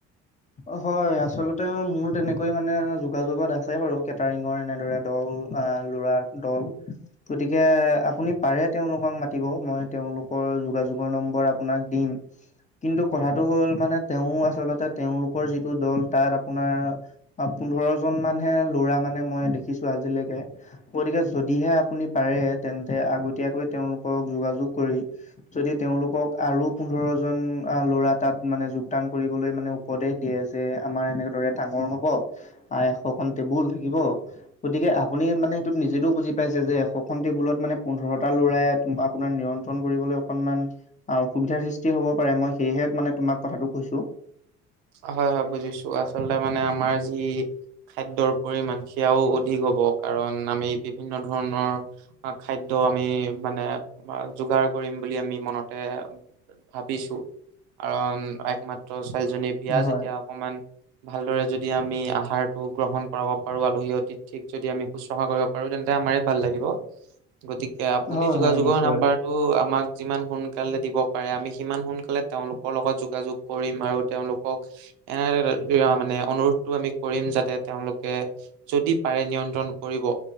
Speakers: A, on the left; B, on the right.
A: অ হয়, আচলতে মোৰ তেনেকৈ মানে যোগাযোগত আছে বাৰু কেটাৰিঙৰ এনেদৰে দল আ ল'ৰাৰ দল। গতিকে আপুনি পাৰে তেওঁলোকক মাতিব মই তেওঁলোকৰ যোগাযোগৰ নম্বৰ আপোনাক দিম। কিন্তু কথাটো হ'ল মানে তেওঁ আচলতে তেওঁলোকৰ যিটো দল তাত আপোনাৰ অ পোন্ধৰ জন মানহে ল'ৰা মানে মই দেখিছো আজিলেকে। গতিকে যদিহে আপুনি পাৰে তেন্তে আগতীয়াকৈ তেওঁলোকক যোগাযোগ কৰি যদি তেওঁলোকক আৰু পোন্ধৰ জন আ ল'ৰা তাত মানে যোগদান কৰিবলৈ মানে উপদেশ দিয়ে যে আমাৰ এনেদৰে ডাঙৰ হব আ এশখন টেবুল থাকিব গতিকে আপুনি মানে সেইটোত নিজেতও বুজি পাইছে যে এশখন টেবুলত মানে পোন্ধৰটা ল'ৰাই টো আপোনাৰ নিয়ন্ত্ৰণ কৰিবলৈ অকনমান আও অসুবিধাৰ সৃষ্টি হ'ব পাৰে মই সেয়ে মানে তোমাক কথাটো কৈছো।
B: হয় হয় বুজিছো আচলতে মানে আমাৰ যি খাদ্যৰ পৰিমাণ সেয়াও অধিক হ'ব কাৰণ আমি বিভিন্ন ধৰণৰ আ খাদ্য আমি মানে আমাৰ যোগাৰ কৰিম বুলি আমি মনতে ভাবিছো। কাৰণ একমাত্ৰ ছোৱালীজনীৰ বিয়া
A: হয়,
B: যেতিয়া অকমান ভালদৰে যদি আমি আহাৰতো গ্ৰহণ কৰাব পাৰো আলহী অতিথিক যদি আমি শুশ্ৰূষা কৰিব পাৰো তেন্তে আমাৰে ভাল লাগিব। গতিকে আপুনি
A: হয়,
B: যোগাযোগৰ
A: হয় নিশ্চয়
B: নাম্বাৰ টো আমাক যিমান সোনকালে দিব পাৰে আমি সিমান সোনকালে তেওঁলোকৰ লগত যোগাযোগ কৰিম আৰু তেওঁলোক কক এনে <unintelligible> মানে অনুৰোধটো কৰিম যাতে তেওঁলোকে যদি পাৰে নিয়ন্ত্ৰণ কৰিব